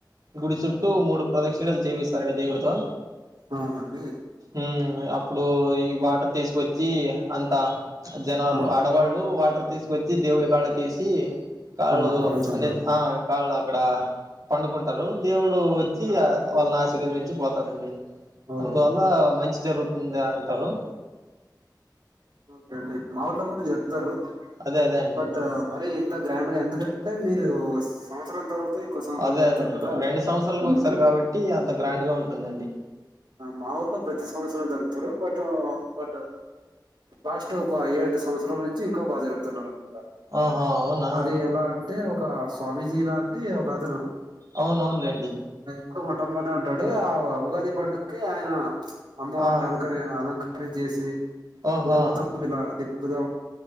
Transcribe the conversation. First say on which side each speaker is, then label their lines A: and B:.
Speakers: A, on the right; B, on the right.
A: గుడి చుట్టూ మూడు ప్రదక్షిణలు చేపిస్తారండి దేవుడితో
B: అవునండి
A: ఉమ్ అప్పుడు ఈ వాటర్ తీసుకొచ్చి అంతా జనాలు
B: ఆ
A: ఆడవాళ్ళు వాటర్ తీసుకొచ్చి దేవుడి కాళ్ళకేసి కాళ్ళు
B: ఆ కడుగుతుంటారు
A: అంటే ఆ కాళ్ళు అక్కడ పండుకుంటారు దేవుడు వచ్చి ఆ వాళ్ళ ఆశి నుంచి <unintelligible> పదండి
B: ఓ
A: అందు వల్ల మంచి జరుగుతుంది అ తారు
B: ఓకే అండి మా ఊర్లో కూడ జరుపుతారు
A: అదే అదే అండి.
B: బట్ మరి ఇం త గ్రాండ్ గా ఎందుకంటే మీరు సంవత్సరం తర్వాత ఇంకో సంవత్సరం
A: అదే
B: జరుపుతారు
A: అదే.
B: కదా
A: సంవత్సరాలకు
B: అందుకు
A: ఒకసారి కాబట్టి అంత గ్రాండ్‌గా ఉంటుందండి.
B: మా ఊర్లో ప్రతి సంవత్సరం జరుగుతారు బట్ ఆ బట్ లాస్ట్ ఏడు సంవత్సరాల నుంచి ఇంకా బాగా జరుగుతుంది అనమాట
A: ఆహా! అవునా?
B: అది ఎలా అంటే ఒక స్వామీజీ లాంటి ఒక అతను
A: అవునవునులేండి
B: అప్పుడు మఠంలోనే ఉంటాడు ఆ ఉగాది పండుగ క్కి ఆయన అమ్మవారిని
A: ఆ!
B: అలకర అలంక పని చేసి
A: ఓహో!
B: ఊరు మొత్తం ఇలా అది కదా